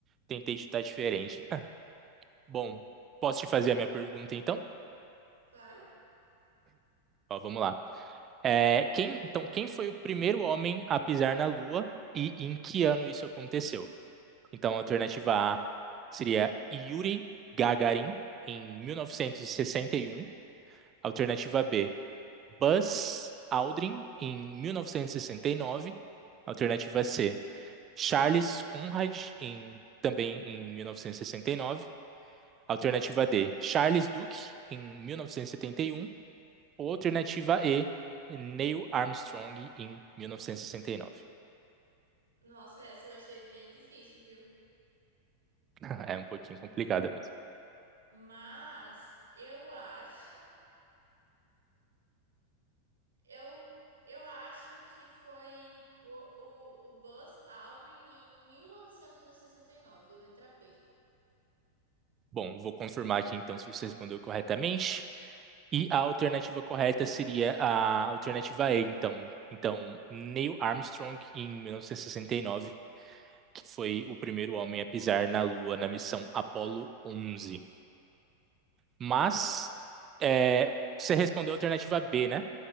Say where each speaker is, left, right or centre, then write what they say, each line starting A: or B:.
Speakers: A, on the right (about 25°); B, on the right (about 70°).
A: tentei chutar diferente. <laughs> Bom, posso te fazer a minha pergunta então?
B: Claro.
A: Ó, vamos lá. É, quem, então, quem foi o primeiro homem a pisar na Lua e em que ano isso aconteceu? Então, a alternativa A seria Yuri Gagarin, em 1961. Alternativa B, Buzz Aldrin, em 1969. Alternativa C, Charles Conrad, em, também em 1969. Alternativa D, Charles Duke, em 1971. Alternativa E, Neil Armstrong em 1969.
B: Nossa, essa eu achei bem difícil, viu?
A: <laughs> É um pouquinho
B: Hum.
A: complicada mesmo.
B: Mas eu acho. Eu, eu acho que foi bo- o, o Buzz Aldrin em mil novecentos e e sessenta e nove letra B.
A: Bom, vou confirmar aqui então se você respondeu corretamente. E a alternativa correta seria a alternativa E, então. Então, Neil Armstrong em 1969, que foi o primeiro homem a pisar na Lua na missão Apollo 11. Mas é, você respondeu a alternativa B, né?